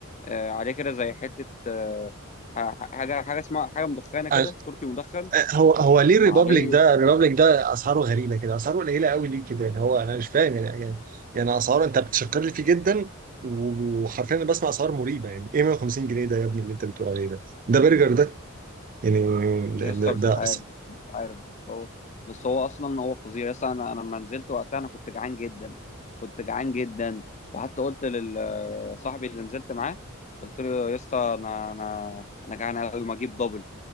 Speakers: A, on the left; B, on the right.
A: آه، عليه كده زي حته آه، ح- حاجه حاجه اسمها حاجه مدخنه كده
B: آه،
A: تركي مدخن
B: هو هو ليه الريبابليك
A: عليه
B: ده الريبابليك ده اسعاره غريبه كده اسعاره قليله قوي ليه كده يعني هو انا مش فاهم يعني يعني يعني اسعاره انت بتشكر لي فيه جدا وحرفيا انا بسمع اسعار مريبه يعني ايه 150 جنيه ده يا ابني اللي انت بتقول عليه ده ده برجر ده يعني
A: لسه
B: ده ده,
A: مش
B: ده
A: عارف
B: أص...
A: مش عارف بس هو بس هو اصلا هو فظيع لسه انا انا لما نزلت وقتها انا كنت جعان جدا كنت جعان جدا وحتى قلت لصاحبي اللي نزلت معاه قلت له يا اسطى انا انا انا جعان قوي ما اجيب دبل